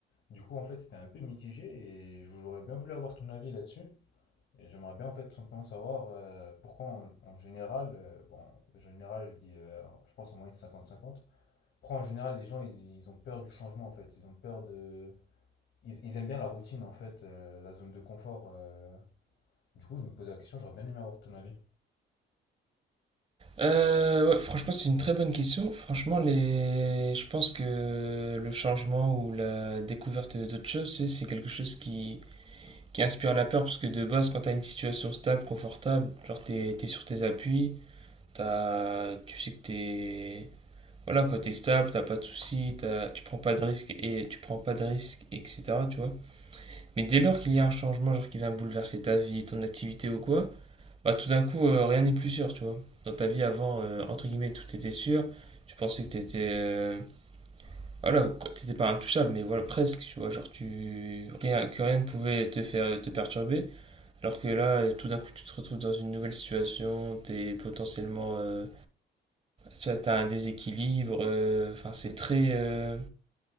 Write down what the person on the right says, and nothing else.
Euh, ouais, franchement, c'est une très bonne question. Franchement, les... je pense que le changement ou la découverte d'autres choses, c'est c'est quelque chose qui, qui inspire la peur, parce que de base, quand t'as une situation stable, confortable, genre t'es t'es sur tes appuis, t'as, tu sais que t'es, voilà quoi, t'es stable, t'as pas de soucis, t'as, tu prends pas de risques et tu prends pas de risques, etc. Tu vois. Mais dès lors qu'il y a un changement, genre qui vient bouleverser ta vie, ton activité ou quoi, bah, tout d'un coup, euh, rien n'est plus sûr, tu vois. Dans ta vie avant, euh, entre guillemets, tout était sûr. Tu pensais que t'étais. euh, voilà, que t'étais pas intouchable, mais voilà, presque, tu vois. Genre, tu, rien, que rien ne pouvait te faire te perturber. Alors que là, euh, tout d'un coup, tu te retrouves dans une nouvelle situation, t'es potentiellement. euh, tu vois, t'as un déséquilibre. euh, Enfin, c'est très. euh,